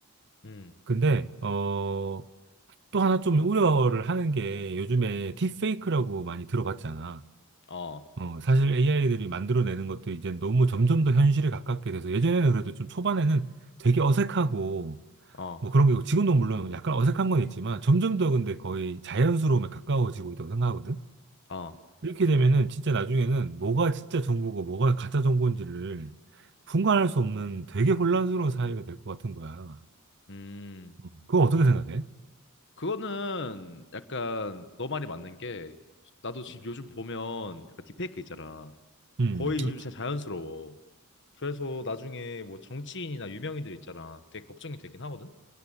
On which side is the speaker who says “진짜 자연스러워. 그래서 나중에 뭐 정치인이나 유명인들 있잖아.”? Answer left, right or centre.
Left